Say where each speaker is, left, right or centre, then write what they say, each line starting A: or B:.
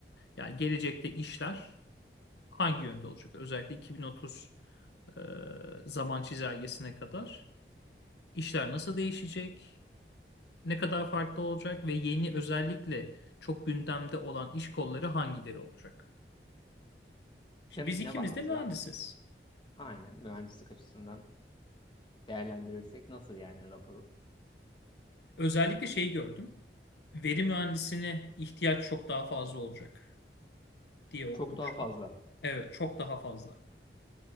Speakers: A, on the left; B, on the left.
A: Yani gelecekte işler hangi yönde olacak? Özellikle 2030 e, zaman çizelgesine kadar işler nasıl değişecek? Ne kadar farklı olacak ve yeni özellikle çok gündemde olan iş kolları hangileri olacak? Şimdi
B: Hem
A: biz
B: ne
A: ikimiz
B: var mesela?
A: de mühendisiz.
B: Aynen mühendislik açısından değerlendirirsek nasıl yani raporu?
A: Özellikle şeyi gördüm. Veri mühendisine ihtiyaç çok daha fazla olacak diye okumuştum.
B: Çok daha fazla.
A: Evet, çok daha fazla.